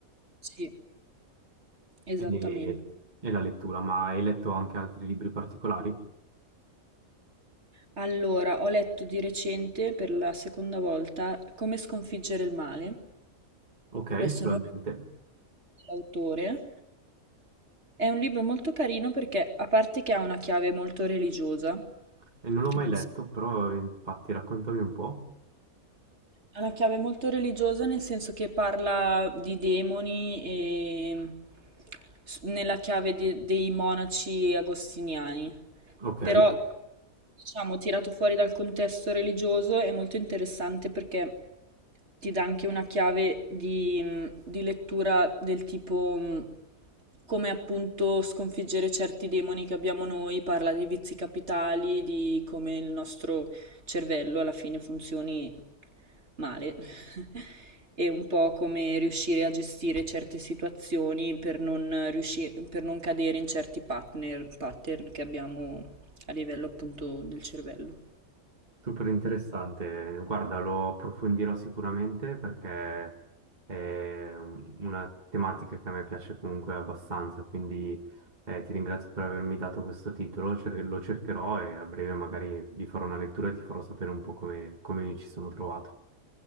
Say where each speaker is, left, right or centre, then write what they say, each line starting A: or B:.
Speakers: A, on the right; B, on the right.
A: Sì, esattamente.
B: E, e la lettura, ma hai letto anche altri libri particolari?
A: Allora, ho letto di recente per la seconda volta Come sconfiggere il male.
B: Ok,
A: Adesso
B: solamente.
A: non ricordo l'autore. È un libro molto carino perché, a parte che ha una chiave molto religiosa,
B: E non l'ho mai
A: nel
B: letto, però infatti raccontami un po'.
A: Ha la chiave molto religiosa nel senso che parla di demoni e s- nella chiave de- dei monaci agostiniani.
B: Ok.
A: Però, diciamo, tirato fuori dal contesto religioso è molto interessante perché ti dà anche una chiave di, mh, di lettura del tipo mh, come appunto sconfiggere certi demoni che abbiamo noi, parla di vizi capitali, di come il nostro cervello alla fine funzioni Male. <laughs> È un po' come riuscire a gestire certe situazioni per non riusci- per non cadere in certi partner- pattern che abbiamo a livello appunto del cervello.
B: Super interessante, guarda, lo approfondirò sicuramente perché è una tematica che a me piace comunque abbastanza, quindi eh, ti ringrazio per avermi dato questo titolo, Cer- lo cercherò e a breve magari vi farò una lettura e ti farò sapere un po' come, come mi ci sono trovato.